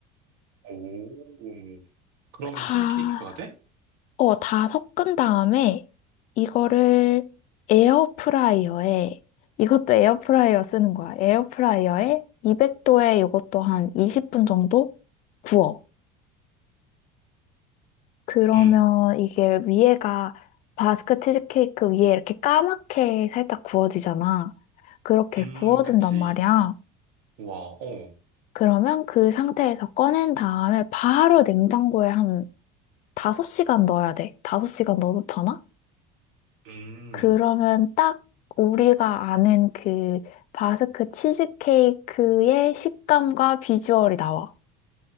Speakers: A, on the right; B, on the left.
A: 오, 그러면
B: 다
A: 치즈케이크가 돼?
B: 어, 다 섞은 다음에 이거를 에어프라이어에, 이것도 에어프라이어 쓰는 거야. 에어프라이어에 200도에 이것도 한 20분 정도 구워. 그러면
A: 응,
B: 이게 위에가 바스크 치즈케이크 위에 이렇게 까맣게 살짝 구워지잖아. 그렇게
A: 음,
B: 구워진단
A: 그치.
B: 말이야.
A: 우와, 어,
B: 그러면 그 상태에서 꺼낸 다음에 바로 냉장고에 한 5시간 넣어야 돼. 5시간 넣어놓잖아?
A: 음,
B: 그러면 딱 우리가 아는 그 바스크 치즈케이크의 식감과 비주얼이 나와.